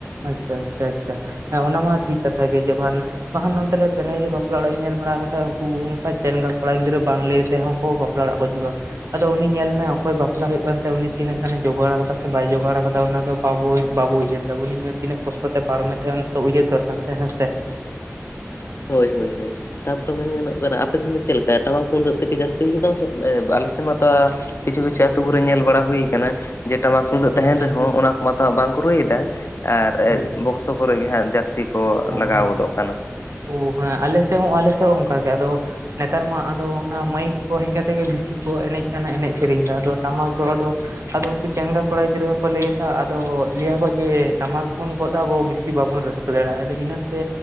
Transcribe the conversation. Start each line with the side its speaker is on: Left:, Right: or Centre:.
Right: ᱟᱪᱪᱷᱟ ᱟᱪᱪᱷᱟ ᱟᱪᱪᱷᱟ ᱾ ᱦᱮᱸ, ᱚᱱᱟ ᱢᱟ ᱴᱷᱤᱠ ᱠᱟᱛᱷᱟ ᱜᱮ, ᱡᱮᱢᱚᱱ ᱢᱟᱦᱟᱱ ᱱᱚᱛᱮ ᱨᱮ ᱯᱮᱨᱟᱭ ᱜᱮ ᱵᱟᱯᱞᱟ ᱚᱲᱟᱜ ᱤᱧ ᱧᱮᱞ ᱵᱟᱲᱟ ᱠᱟᱫᱟ, ᱩᱱᱠᱩ ᱚᱱᱠᱟ ᱪᱮᱱᱜᱟ ᱠᱚᱲᱟ ᱜᱤᱫᱽᱨᱟᱹ ᱵᱟᱝ ᱞᱟᱹᱭ ᱟᱛᱮ ᱛᱮᱦᱚᱸᱼᱼ ᱟᱠᱚ ᱵᱟᱯᱞᱟ ᱚᱲᱟᱜ ᱠᱚ ᱦᱤᱡᱩᱜᱼᱟ ᱾ ᱟᱫᱚ ᱩᱱᱤ ᱧᱮᱞ ᱢᱮ ᱚᱠᱚᱭ ᱵᱟᱯᱞᱟ ᱦᱩᱭᱩᱜ ᱠᱟᱱ ᱛᱟᱭᱟ ᱩᱱᱤ ᱛᱤᱱᱟᱹᱜ ᱜᱟᱱᱮ ᱡᱚᱜᱟᱲ ᱠᱟᱫᱟ ᱥᱮ ᱵᱟᱭ ᱡᱳᱜᱟᱲ ᱠᱟᱫᱟ ᱚᱱᱟ ᱫᱚᱼᱼ <unintelligible> ᱛᱚᱵᱮ ᱩᱱᱤ ᱢᱮ ᱛᱤᱱᱟᱹᱜ ᱠᱚᱥᱴᱚ ᱛᱮ ᱯᱟᱨᱚᱢᱮᱫ ᱛᱟᱦᱮᱸᱱᱟ ᱱᱤᱛᱚᱜ ᱩᱭᱦᱟᱹᱨ ᱫᱚᱨᱠᱟᱨ ᱛᱟᱭ ᱦᱮᱸ ᱥᱮ ᱾
Left: ᱦᱳᱭ ᱦᱳᱭ ᱦᱳᱭ ᱛᱟᱯᱚᱨᱮ ᱢᱮᱱ ᱜᱟᱱᱚᱜ ᱠᱟᱱᱟ ᱟᱯᱮ‌ ᱥᱮᱱ ᱫᱚ ᱪᱮᱫ ᱞᱮᱠᱟ ᱴᱟᱢᱟᱠ ᱛᱩᱢᱫᱟᱹᱜ ᱛᱮᱜᱮ ᱡᱟᱹᱥᱛᱤ ᱦᱩᱭᱩᱜ ᱠᱟᱱᱟ ᱥᱮ <unintelligible> ᱟᱞᱮ ᱥᱮᱱ ᱢᱟᱛᱚ ᱠᱤᱪᱷᱩ ᱠᱤᱪᱷᱩ ᱟᱹᱛᱩ ᱠᱚᱨᱮ ᱧᱮᱞ ᱵᱟᱲᱟ ᱦᱩᱭ ᱠᱟᱱᱟ ᱡᱮ ᱴᱟᱢᱟᱠ ᱛᱩᱢᱫᱟᱹᱜ
Right: ᱦᱩᱸ
Left: ᱛᱟᱦᱮᱱ ᱨᱮᱦᱚᱸ ᱚᱱᱟ ᱠᱚ ᱢᱟᱛᱚ ᱦᱟᱜ ᱵᱟᱝ ᱠᱚ ᱨᱩᱭ ᱮᱫᱟ ᱟᱨ
Right: ᱦᱩᱸ ᱦᱩᱸ
Left: ᱵᱚᱠᱥᱚ ᱠᱚᱨᱮ ᱜᱮ ᱦᱟᱸᱜ ᱡᱟᱹᱥᱛᱤ ᱠᱚ ᱞᱟᱜᱟᱣ
Right: ᱦᱚᱸ
Left: ᱜᱚᱫᱚᱜ ᱠᱟᱱᱟ
Right: ᱚ ᱦᱮᱸ ᱟᱞᱮ ᱥᱮᱫ ᱦᱚᱸ ᱟᱞᱮ ᱥᱮᱫ ᱦᱚᱸ ᱚᱱᱠᱟ ᱜᱮ ᱟᱫᱚᱼᱼ ᱱᱮᱛᱟᱨ ᱢᱟ ᱟᱫᱚ ᱚᱱᱟ ᱢᱟᱹᱭᱤᱠ ᱠᱚ ᱦᱮᱡ ᱠᱟᱛᱮᱜ ᱜᱮ ᱵᱮᱥᱤ ᱠᱚ ᱮᱱᱮᱡ ᱠᱟᱱᱟ ᱮᱱᱮᱡ ᱥᱮᱨᱮᱧ ᱫᱟ ᱟᱫᱚ ᱴᱟᱢᱟᱠ ᱫᱚ ᱟᱫᱚᱼᱼ ᱟᱫᱚ ᱩᱱᱠᱩ ᱪᱮᱝᱲᱟ ᱠᱚᱲᱟ ᱜᱤᱫᱽᱨᱟᱹ ᱦᱚᱸᱠᱚ ᱞᱟᱹᱭ ᱮᱫᱟ ᱟᱫᱚ ᱞᱟᱹᱭᱟ ᱠᱚ ᱡᱮ ᱴᱟᱢᱟᱠ ᱵᱚᱱ ᱜᱚᱜ ᱫᱟ ᱟᱵᱚ ᱵᱤᱥᱤ ᱵᱟᱵᱚᱱ ᱨᱟᱹᱥᱼᱼ <unintelligible> ᱟᱫᱚ ᱤᱱᱟᱹ ᱛᱮ